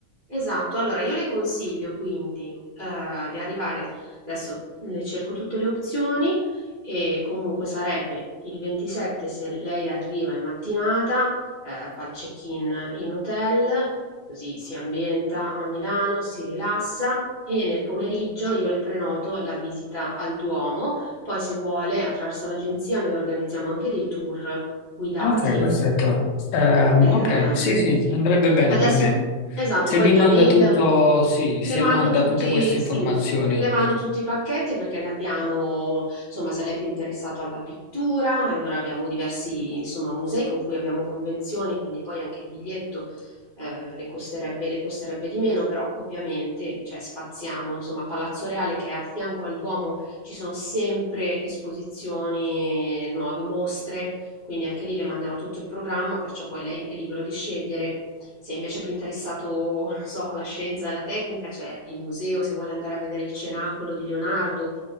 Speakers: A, on the right; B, on the left.
A: Esatto, allora io le consiglio quindi eh, di arrivare, adesso le cerco tutte le opzioni e comunque sarebbe il 27 se lei arriva in mattinata, eh, fa il check-in in hotel, così si ambienta a Milano, si rilassa e nel pomeriggio io le prenoto la visita al Duomo, poi se vuole attraverso l'agenzia noi organizziamo anche dei tour guidati
B: Ok, perfetto. Ehm,
A: Ehm,
B: ok, sì, sì, andrebbe bene
A: adesso
B: per me.
A: esatto,
B: Se
A: poi
B: mi
A: via
B: manda
A: mail
B: tutto, sì,
A: le
B: se
A: mando
B: manda
A: tutti,
B: tutte queste informazioni.
A: sì, le mando tutti i pacchetti perché ne abbiamo, insomma, se lei è più interessato alla pittura, allora abbiamo diversi, insomma, musei con cui abbiamo convenzioni, quindi poi anche il biglietto eh, le costerebbe, le costerebbe di meno, però ovviamente, cioè, spaziamo, insomma, Palazzo Reale che è a fianco al Duomo ci sono sempre esposizioni, nuove mostre. Quindi anche lì le manderò tutto il programma, perciò poi lei è libero di scegliere. Se invece è più interessato, non so, alla scienza e alla tecnica, c'è il museo, se vuole andare a vedere il cenacolo di Leonardo.